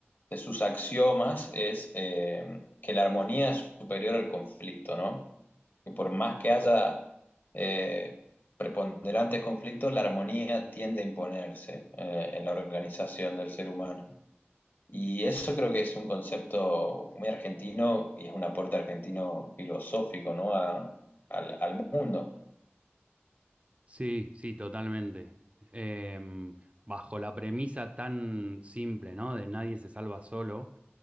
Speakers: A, on the left; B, on the right.
A: de sus axiomas es eh, que la armonía es superior al conflicto, ¿no? Que por más que haya eh, preponderantes conflictos, la armonía tiende a imponerse eh, en la organización del ser humano. Y eso creo que es un concepto muy argentino y es un aporte argentino filosófico, ¿no? A- al, al mundo.
B: Sí, sí, totalmente. Em, bajo la premisa tan simple, ¿no? De nadie se salva solo.